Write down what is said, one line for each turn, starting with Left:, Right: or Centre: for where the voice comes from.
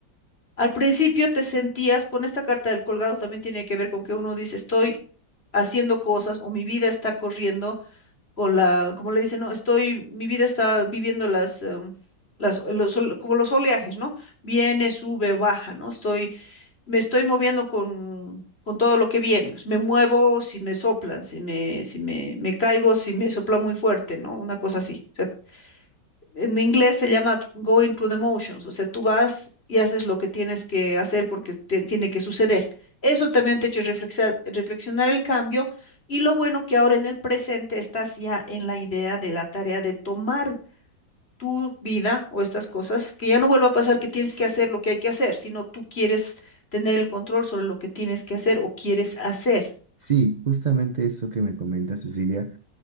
Left: al principio te sentías con esta carta del colgado, también tiene que ver con que uno dice, estoy haciendo cosas o mi vida está corriendo con la, como le dicen, no, estoy, mi vida está viviendo las, em, las, los, ol- como los oleajes, ¿no? Viene, sube, baja, ¿no? Estoy me estoy moviendo con, con todo lo que viene. Me muevo si me soplan, si me, si me, me caigo, si me sopla muy fuerte, ¿no? Una cosa así. O sea, en inglés se llama going through the motions, o sea, tú vas y haces lo que tienes que hacer porque te- tiene que suceder. Eso también te ha hecho reflexar- reflexionar el cambio y lo bueno que ahora en el presente estás ya en la idea de la tarea de tomar tu vida o estas cosas, que ya no vuelva a pasar que tienes que hacer lo que hay que hacer, sino tú quieres tener el control sobre lo que tienes que hacer o quieres hacer.
Right: Sí, justamente eso que me comenta Cecilia.